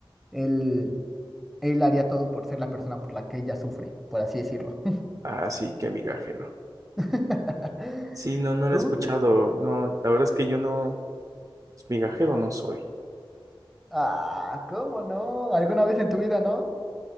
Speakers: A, in the centre; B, on the right.
A: él. Él haría todo por ser la persona por la que ella sufre, por así decirlo.
B: Ah, sí, qué migajero.
A: <laughs>
B: Sí, no, no
A: ¿Tú?
B: la he escuchado. No, la verdad es que yo no, pues, migajero no soy.
A: Ah, ¿cómo no? ¿Alguna vez en tu vida, no?